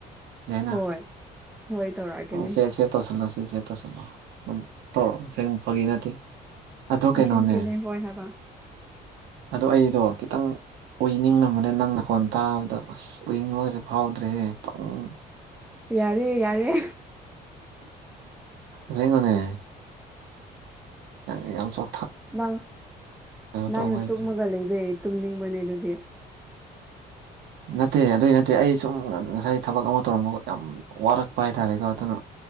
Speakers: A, on the right (about 80°); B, in the centre.
A: ꯌꯥꯏꯅ
B: ꯍꯣꯏ ꯍꯣꯏ ꯇꯧꯔꯛꯀꯅꯤ
A: ꯁꯦ ꯁꯦ ꯇꯧꯁꯤꯜꯂꯣ ꯁꯦ ꯁꯦ ꯇꯧꯁꯤꯜꯂꯣ ꯑꯗꯨꯝ ꯇꯧꯔꯛꯑꯣ ꯁꯦꯡ ꯐꯒꯤ ꯅꯠꯇꯦ ꯑꯗꯣ ꯀꯩꯅꯣꯅꯦ
B: ꯑꯁꯦꯡꯒꯤꯅꯦ ꯍꯣꯏ ꯍꯥꯏꯕ
A: ꯑꯗꯣ ꯑꯩꯗꯣ ꯈꯤꯇꯪ ꯑꯣꯏꯅꯤꯡꯉꯕꯅꯦ ꯅꯪꯅꯈꯣꯟ ꯇꯥꯕꯗ ꯑꯁ ꯑꯣꯏꯅꯤꯡꯕꯒꯁꯦ ꯐꯥꯎꯗ꯭ꯔꯦ ꯄꯨꯡ
B: ꯌꯥꯔꯦ ꯌꯥꯔꯦ
A: ꯁꯥꯏ ꯀꯅꯦ ꯑ ꯌꯥꯝ ꯁ
B: ꯅꯪ ꯅꯪꯅ
A: ꯇꯧꯕꯩꯗꯣ
B: ꯇꯨꯛꯃꯒ ꯂꯩ ꯏꯕ ꯇꯅꯤꯡꯕꯅꯦ ꯑꯗꯨꯗꯤ
A: ꯅꯠꯇꯦ ꯑꯗꯨꯏ ꯅꯠꯇꯦ ꯑꯩ ꯁꯨꯝ ꯉꯁꯥꯏ ꯊꯕꯛ ꯑꯃ ꯇꯧꯔꯝꯕ ꯌꯥꯝ ꯋꯥꯔꯛꯄ ꯍꯥꯏ ꯇꯔꯦꯀꯣ ꯑꯗꯨꯅ